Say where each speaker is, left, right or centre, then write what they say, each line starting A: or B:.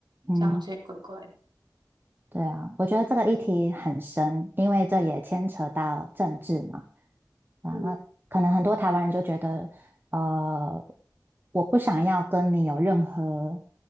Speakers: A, on the right; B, on the right.
A: 嗯，
B: 这样好像也怪怪的。
A: 对啊，我觉得这个议题很深，因为这也牵扯到政治嘛。啊，
B: 嗯
A: 那可能很多台湾人就觉得，呃，我不想要跟你有任何，